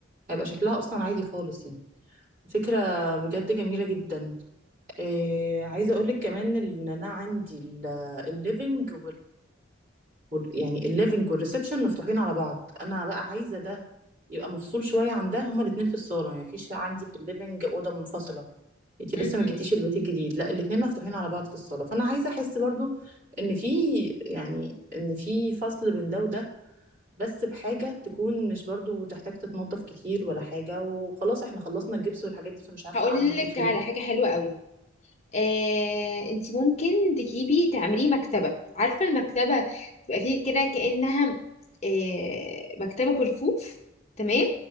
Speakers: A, on the right; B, on the left.
A: هيبقى شكلها اصلا عادي خالص يعني فكره بجد جميله جدا إيه... عايزه اقول لك كمان ان انا عندي الليفنج وال- يعني الليفنج والريسبشن مفتوحين على بعض انا بقى عايزه ده يبقى مفصول شويه عن ده هما الاثنين في الصاله يعني مفيش عندي في الليفنج اوضه منفصله انتي
B: مهم.
A: لسه ما جيتيش البيت الجديد لا الاثنين مفتوحين على بعض في الصاله فانا عايزه احس برضو ان في يعني ان في فصل بين ده وده بس بحاجه تكون مش برضو تحتاج تتنظف كتير ولا حاجه وخلاص احنا خلصنا الجبس والحاجات دي فمش عارفه
B: هقول
A: اعمل
B: لك
A: ايه فيهم
B: على حاجه حلوه قوي آه، انت ممكن تجيبي تعمليه مكتبة عارفة المكتبة بيبقى فيه كده كأنها آه، مكتبة برفوف تمام